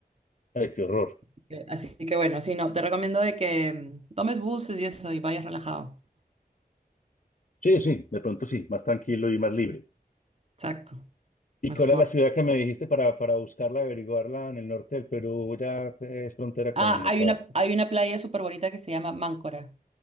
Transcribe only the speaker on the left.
ay, qué horror.
Sí, sí, de pronto sí, más tranquilo y más libre.
¿Y
cuál es la ciudad que me dijiste para, para buscarla, averiguarla en el norte del Perú? Ya que es frontera
con Ecuador.